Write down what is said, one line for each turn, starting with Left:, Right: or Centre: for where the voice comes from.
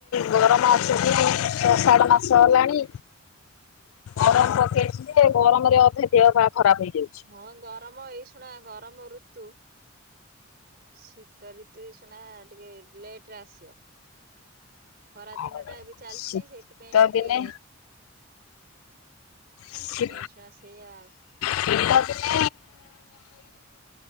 Left: ଗରମ ଆସୁଚି ଯେ ଆଷାଢ ମାସ। ସଲାଣି ଆରାମ ପକେଇଛି ଯେ ଗରମରେ ଅଧେ ଦେହ ପା ଖରାପ ହେଇଯାଉଛି।
Right: ହଁ ଗରମ ଏଇ ଶୁଣା ଗରମ ଋତୁ। ଶୀତ ଋତୁ ଶୁଣା ଟିକେ ଲେଟ ରେ ଆସିବ। ଖରା
Left: ଆଉ
Right: ଦିନ ଟା ଏବେ ଚାଲିଛି
Left: ଶୀତ
Right: ସେଥିପାଇଁ ଟିକେ
Left: ଦିନେ
Right: ମାସଟା
Left: ଶୀ
Right: ଛୁଣା ସେଇଆ ଆଉ।
Left: ଶୀତ ଦିନେ